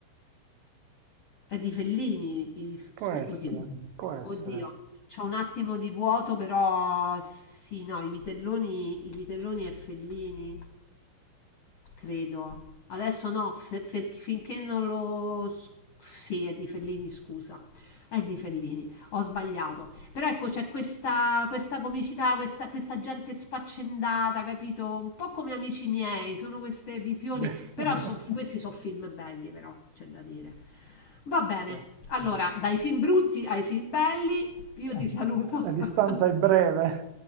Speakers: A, on the left (about 70°); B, on the right (about 85°).
A: è di Fellini. i Vis-
B: Può
A: aspe-
B: essere,
A: Oddio,
B: può essere.
A: oddio, c'ho un attimo di vuoto, però sì, no, i vitelloni, i vitelloni è Fellini. credo. Adesso no, fe- fe- finché non lo... s- Sì, è di Fellini, scusa. È di Fellini, ho sbagliato. Però ecco, c'è questa, questa comicità, questa, questa gente sfaccendata, capito? Un po' come amici miei, sono queste visioni.
B: Beh.
A: Però
B: <laughs>
A: son- questi sono film belli, però, c'è da dire. Va bene,
B: Sì.
A: allora, dai film brutti ai film belli, io ti saluto.
B: La distanza
A: <laughs>
B: è breve.